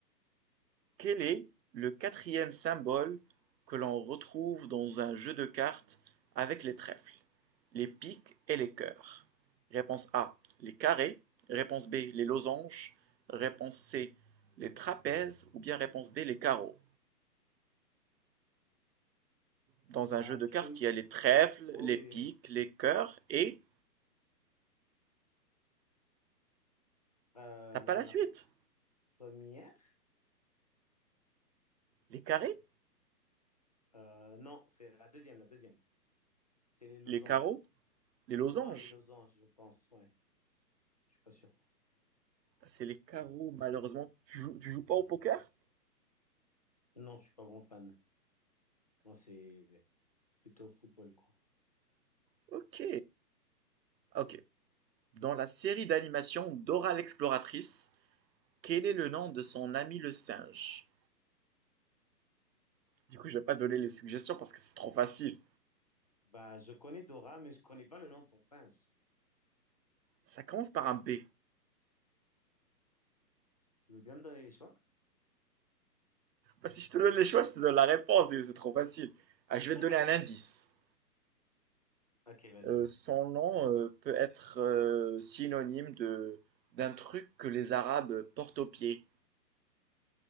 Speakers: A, on the right (about 85°); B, on the left (about 25°).
A: Quel est le quatrième symbole que l'on retrouve dans un jeu de cartes avec les trèfles, les piques et les cœurs? Réponse A, les carrés. Réponse B, les losanges. Réponse C, les trapèzes. Ou bien réponse D, les carreaux. Dans un
B: Ah,
A: jeu de
B: tu
A: cartes,
B: peux... m-
A: il y a les trèfles,
B: Oui,
A: les
B: oui,
A: piques,
B: oui.
A: les cœurs et...
B: Euh,
A: T'as pas
B: la
A: la suite?
B: première?
A: Les carrés,
B: Euh, non, c'est la deuxième, la deuxième. C'était les losanges.
A: les carreaux, les losanges.
B: Non, les losanges, je pense, ouais. Je suis pas sûr.
A: Bah, C'est les carreaux, malheureusement. Tu joues, tu joues pas au poker?
B: Non, je suis pas grand fan. Moi, c'est plutôt football, quoi.
A: Ok. Ok, Dans la série d'animation Dora l'exploratrice, quel est le nom de son ami le singe Du coup, je vais pas donner les suggestions parce que c'est trop facile.
B: Bah, je connais Dora, mais je connais pas le nom de son singe.
A: Ça commence par un B.
B: Tu veux bien me donner les choix?
A: Bah, si je te donne les choix, je te donne la réponse et c'est trop facile. Ah, je vais
B: <laughs>
A: te donner un indice.
B: Ok, vas-y.
A: Euh, son nom euh, peut être euh, synonyme de d'un truc que les Arabes portent aux pieds.